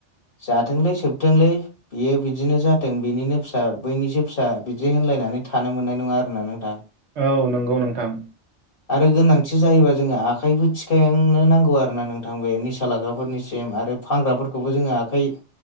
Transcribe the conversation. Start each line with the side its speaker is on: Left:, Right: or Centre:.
Left: जाथोंलै सोबथोंलै बियो बिदिनो जाथों बिनिनो फिसा बैनिसो फिसा बिदि होनलायनानै थानो मोननाय नङा आरोना नोंथां
Right: औ नोंगौ नोंथां
Left: आरो गोनांथि जायोबा जोङो आखाइबो थिखायांनो नांगौ आरो ना नोंथां बे निसा लाग्राफोरनिसिम आरो फानग्राफोरखौबो जोङो आखाइ